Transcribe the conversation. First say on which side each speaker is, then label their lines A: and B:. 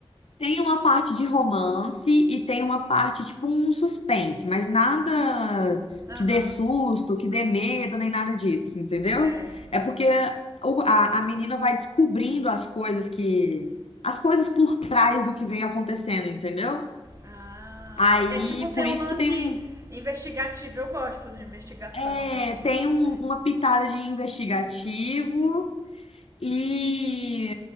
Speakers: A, on the left (about 80°); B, on the right (about 30°).
A: Tem uma parte de romance e tem uma parte, tipo, um suspense, mas nada
B: Aham,
A: que dê susto, que dê medo, nem nada disso, entendeu?
B: é.
A: É porque o- a, a menina vai descobrindo as coisas que. As coisas por trás do que vem acontecendo, entendeu?
B: Ah,
A: Aí,
B: é, é tipo tem
A: por isso
B: um lance
A: que tem um,
B: investigativo. Eu gosto de investigação
A: é,
B: assim
A: tem
B: também.
A: um- uma pitada de investigativo E